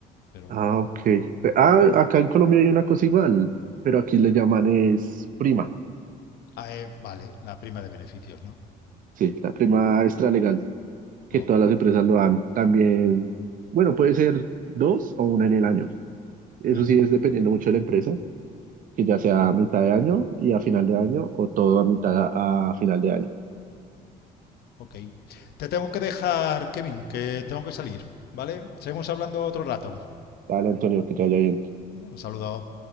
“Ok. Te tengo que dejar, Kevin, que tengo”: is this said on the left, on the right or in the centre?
Left